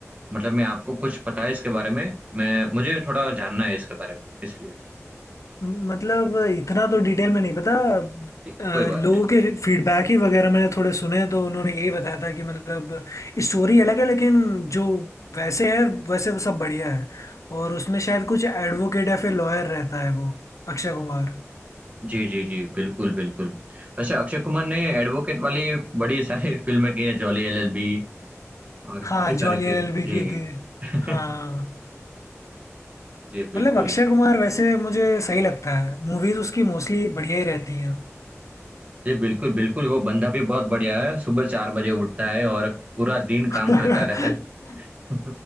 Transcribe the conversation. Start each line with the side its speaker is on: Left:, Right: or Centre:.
Right: मतलब मैं आपको कुछ पता है इसके बारे में मैं मुझे थोड़ा जानना है इसके बारे में इसलिए
Left: मतलब इतना तो डिटेल में नहीं पता
Right: ठीक
Left: अ,
Right: कोई बात
Left: लोगों
Right: नहीं
Left: के फीडबैक ही वगैरह मैंने थोड़े सुने तो उन्होंने यही बताया था कि मतलब स्टोरी अलग है लेकिन जो वैसे है वैसे तो सब बढ़िया है और उसमें शायद कुछ एडवोकेट या फिर लॉयर रहता है वो अक्षय कुमार
Right: जी जी जी बिल्कुल बिल्कुल वैसे अक्षय कुमार ने एडवोकेट वाली बड़ी सारी <laughs> फिल्में की है जॉली एलएलबी और काफी
Left: हाँ
Right: सारे
Left: जॉली एलएलबी
Right: के जी
Left: की थी
Right: <laughs>
Left: हाँ
Right: जी बिल्कुल
Left: मतलब अक्षय कुमार वैसे मुझे सही लगता है मूवीज उसकी मोस्टली बढ़िया ही रहती हैं
Right: जी बिल्कुल बिल्कुल वो बंदा भी बहुत बढ़िया है सुबह चार बजे उठता है और पूरा दिन
Left: <laughs>
Right: काम करता रहता है <laughs>